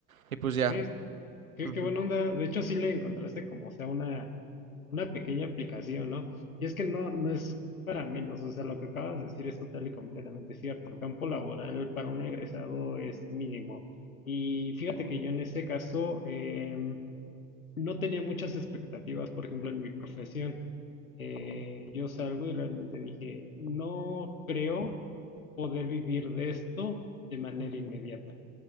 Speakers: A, on the right; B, on the left.
A: Y pues ya.
B: ¿Ves? Qué,
A: Ujú,
B: qué buena onda. De hecho, sí le encontraste como sea una Una pequeña aplicación, ¿no? Y es que no, no es para menos, o sea, lo que acabas de decir es total y completamente cierto. El campo laboral para un egresado es mínimo. Y fíjate que yo en ese caso em, no tenía muchas expectativas, por ejemplo, en mi profesión. Eh, yo salgo y realmente dije, no creo poder vivir de esto de manera
A: ujú,
B: inmediata.